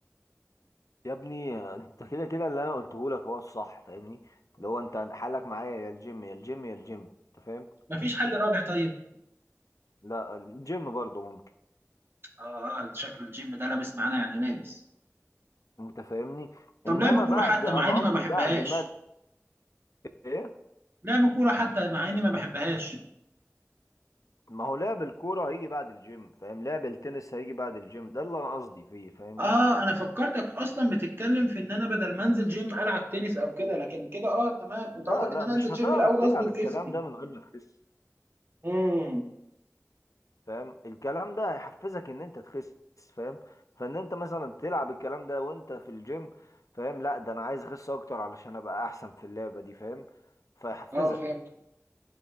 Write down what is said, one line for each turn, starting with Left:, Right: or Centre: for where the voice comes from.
Left: يا ابني انت كده كده اللي انا قلته لك هو الصح فاهمني اللي هو انت حالك معايا يا الجيم يا الجيم يا الجيم انت فاهم
Right: مفيش حل رابع طيب
Left: لا الجيم برضه ممكن
Right: آه شكل الجيم ده لابس معانا يعني لابس
Left: انت فاهمني
Right: طب
Left: انما
Right: لعب كورة
Left: بعد
Right: حتى
Left: انا
Right: مع إني
Left: قصدي
Right: ما بحبهاش
Left: بعد ما ايه
Right: لعب كورة حتى مع اني ما بحبهاش
Left: ما هو لعب الكوره هيجي بعد الجيم فاهم لعب التنس هيجي بعد الجيم ده اللي انا قصدي فيه فاهمني
Right: اه انا فكرتك اصلا بتتكلم في ان انا بدل ما انزل جيم العب تنس او كده لكن كده اه تمام
Left: لا
Right: انت قصدك
Left: لا
Right: ان انا
Left: مش
Right: انزل
Left: هتعرف
Right: جيم الاول
Left: تلعب
Right: اظبط
Left: الكلام
Right: جسمي
Left: ده من غير ما تخس
Right: امم
Left: فاهم الكلام ده هيحفزك ان انت تخس فاهم فان انت مثلا تلعب الكلام ده وانت في الجيم فاهم لا ده انا عايز اخس اكتر علشان ابقى احسن في اللعبة دي فاهم فيحفزك
Right: اه فهمت